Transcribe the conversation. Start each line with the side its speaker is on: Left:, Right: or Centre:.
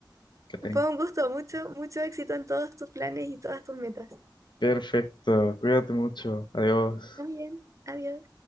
Left: Catherine.
Right: Fue un gusto, mucho, mucho éxito en todos tus planes y todas tus metas.
Left: Perfecto, cuídate mucho, adiós.
Right: Muy bien, adiós.